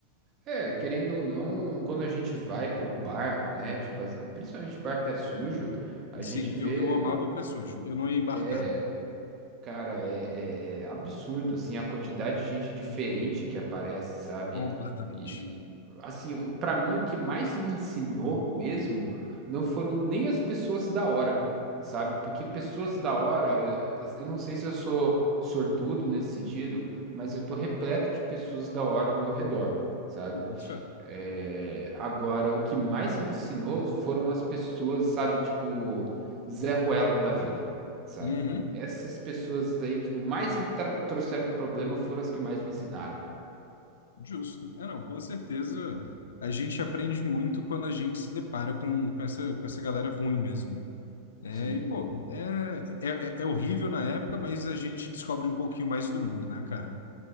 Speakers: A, on the right; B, on the left.
A: É, querendo ou não, quando a gente vai pro bar, né? Tipo, as- principalmente bar pé sujo, a
B: Sim,
A: gente vê.
B: eu, eu amava pé sujo. Eu não ia embarcar
A: é, Cara, é, é- é absurdo, assim, a quantidade de gente diferente que aparece, sabe?
B: completamente.
A: E, assim, o- pra mim, o que mais me ensinou mesmo não foram nem as pessoas da hora, sabe? Porque pessoas da hora, eu, eu não sei se eu sou sortudo nesse sentido, mas eu tô repleto de pessoas da hora ao meu redor, sabe?
B: Pô, boto fé.
A: É, agora, o que mais me ensinou foram as pessoas, sabe, tipo, Zé Ruela da vida, sabe?
B: Uhum,
A: Essas pessoas aí que mais me tra- trouxeram problema foram as que mais me ensinaram.
B: justo. É, não, com certeza a gente aprende muito quando a gente se depara com, com essa, com essa galera ruim mesmo. É,
A: Sim,
B: e, pô, é, é, é é horrível na época, mas a gente descobre um pouquinho mais do mundo, né, cara?